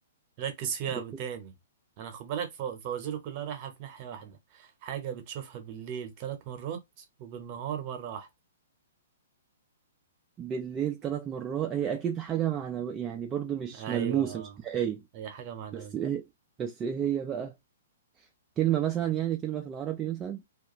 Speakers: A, on the right; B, on the right.
A: ركز فيها
B: ده
A: تاني انا خد بالك فو- فوازيري كلها رايحة في ناحية واحدة حاجة بتشوفها بالليل ثلاث مرات وبالنهار مرة واحدة
B: بالليل ثلاث مرات هي اكيد حاجه معنويه يعني برضو مش
A: ايوه
B: ملموسه
A: آه.
B: مش حقيقيه
A: هي حاجة معنوية
B: بس ايه بس ايه هي بقى كلمه مثلا يعني كلمه في العربي مثلا